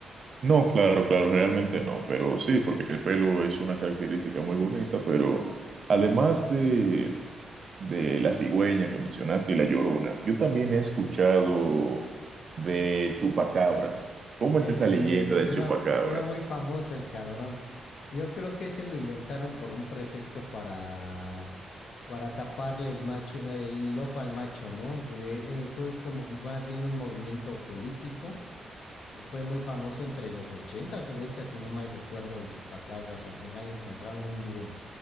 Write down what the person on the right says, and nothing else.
No, claro, claro, realmente no, pero sí, porque el pelo es una característica muy bonita, pero además de, de la cigüeña que mencionaste y la llorona, yo también he escuchado del chupacabras. ¿Cómo
es esa
leyenda
del chupacabras?